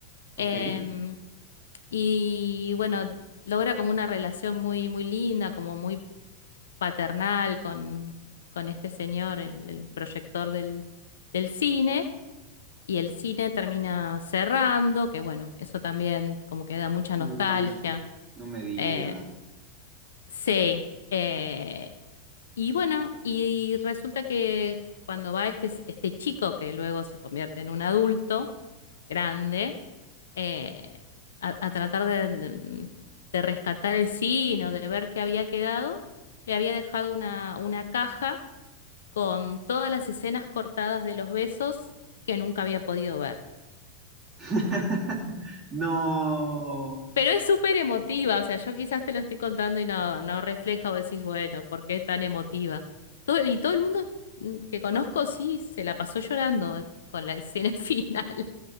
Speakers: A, on the right; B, on the left.
A: ok.
B: Em, y bueno, logra como una relación muy, muy linda, como muy paternal con, con este señor, el, el proyector del, del cine. Y el cine termina cerrando, que bueno, eso también como que da mucha
A: Uh,
B: nostalgia.
A: no me digas.
B: Eh, Sí, eh, y bueno, y resulta que cuando va este, este chico, que luego se convierte en un adulto grande, eh, a, a tratar de, de- de rescatar el sino de ver qué había quedado, le había dejado una, una caja con todas las escenas cortadas de los besos que nunca había podido ver.
A: <laughs> No.
B: Pero es súper emotiva, o sea, yo quizás te lo estoy contando y no, no refleja o decís, bueno, ¿por qué tan emotiva? Todo, y todo el mundo mm, que conozco sí se la pasó llorando con la escena <laughs> final.